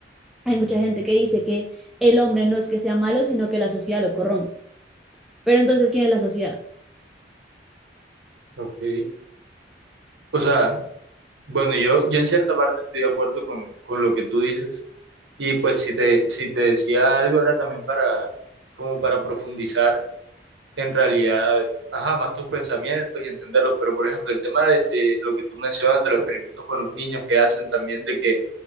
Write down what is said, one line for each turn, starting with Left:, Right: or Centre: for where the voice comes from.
Centre: hay mucha gente que dice que el hombre no es que sea malo sino que la sociedad lo corrompe, pero entonces ¿quién es la sociedad?
Right: ok. O sea, bueno, yo, yo en cierta parte estoy de acuerdo con, con lo que tú dices. Y pues si te, si te decía algo era también para, como para profundizar en realidad, ajá, más tus pensamientos y entenderlos. Pero por ejemplo, el tema de, de lo que tú mencionas de los experimentos con los niños que hacen también de que